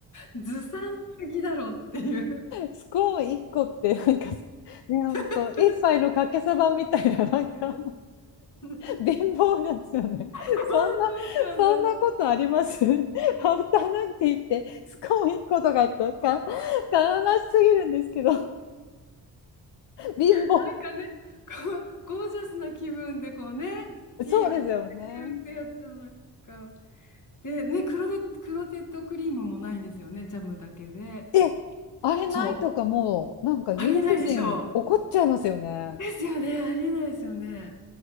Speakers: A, on the left (about 45°); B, on the left (about 75°).
A: ずさんすぎだろっていう。<laughs>
B: スコーン1個って、なんか、ね、ほんと、
A: 確かに、確本当で
B: 一杯のかけそばみたいな、なんか、
A: すね。
B: べ貧乏なんですよね。
A: 本当ですよね。
B: そんな、そんなことありますハ <laughs> フタヌーンティーって、スコーン1個とかってか、悲しすぎるんですけど、貧乏。
A: なんかね、こう、ゴージャスな気分でこうね、ティーをいただくってやつじゃないですか。
B: そうですよね。
A: で、ね、クロテ、クロテッドクリームもないんですよね、ジャムだけで。
B: え、あれないとかもう、
A: そう、
B: なんかイギリス人怒っちゃいますよね。
A: ありえないでしょう。ですよね、ありえないですよね。